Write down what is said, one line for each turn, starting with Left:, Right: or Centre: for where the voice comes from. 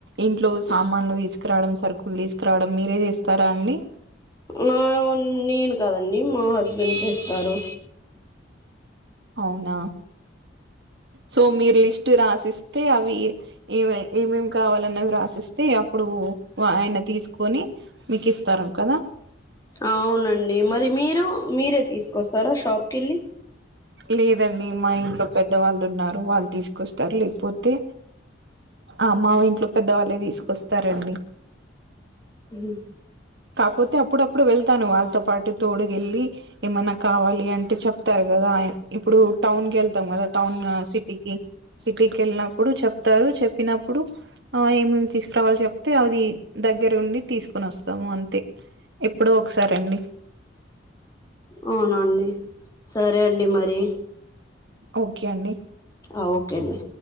Right: ఇంట్లో సామాన్లు తీసుకురావడం సరుకులు తీసుకురావడం మీరే చేస్తారా అండి
Left: నా నేను కదండి మా హస్బెండ్ చేస్తారు
Right: అవునా సో మీరు లిస్ట్ రాసిస్తే ఏవి ఏమేమి కావాలన్నవి రాసిస్తే అప్పుడు ఆయన తీసుకొని మీకిస్తారం కదా
Left: అవునండి మరి మీరు మీరే తీసుకొస్తారా షాప్ కెళ్ళి
Right: లేదండి మా ఇంట్లో పెద్దవాళ్ళు ఉన్నారు వాళ్ తీసుకొస్తారు లేకపోతే ఆ మా ఇంట్లో పెద్దవాళ్ళే తీసుకొస్తారండి
Left: దుం
Right: కాపోతే అప్పుడప్పుడు వెళ్తాను వాళ్ళతో పాటు తోడుగ ఎళ్ళి ఏమన్నా కావాలి అంటే చెప్తారు కదా కదా ఇప్పుడు టౌన్ కెళ్తాం కదా టౌన్ సిటీకి సిటీకి వెళ్ళినప్పుడు చెప్తారు చెప్పినప్పుడు ఆ ఏమ తీసుకురావాలో చెప్తే అది దగ్గర ఉండి తీసుకుొని వస్తాము అంతే ఎప్పుడో ఒకసారి అండి
Left: అవునా అండి సరే అండి మరి
Right: ఓక్కే అండి
Left: ఆ ఓకే అండి